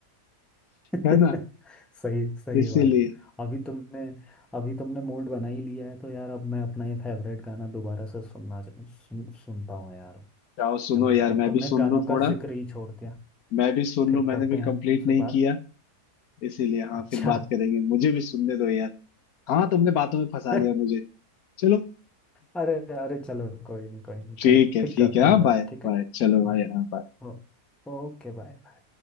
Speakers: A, in the centre; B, on the left.
A: <laughs>
B: है ना
A: सही सही
B: इसीलिए
A: बात है अभी तुमने अभी तुमने मूड बना ही लिया है तो यार अब मैं अपना ये फेवरेट गाना दोबारा से सुनना च- सुन, सुनता हूँ यार
B: जाओ सुनो
A: है ना
B: यार
A: अब
B: मैं
A: तुमने
B: भी सुन
A: गानों
B: लूं थोड़ा
A: का जिक्र ही छोड़ दिया
B: मैं भी सुन
A: फिर
B: लूं मैंने
A: करते
B: भी
A: हैं
B: कंप्लीट
A: तुमसे
B: नहीं
A: बात
B: किया इसीलिए हाँ
A: अच्छा
B: फिर बात करेंगे मुझे भी सुनने दो यार हाँ तुमने बातों में फंसा
A: <laughs>
B: लिया मुझे चलो
A: अरे अरे चलो कोई नहीं कोई नहीं करो
B: ठीक है
A: फिर
B: ठीक
A: करते
B: है हाँ
A: हैं बात
B: बाय
A: ठीक है
B: बाय चलो
A: हम्म,
B: भाई हाँ bye।
A: ओ, ओके बाय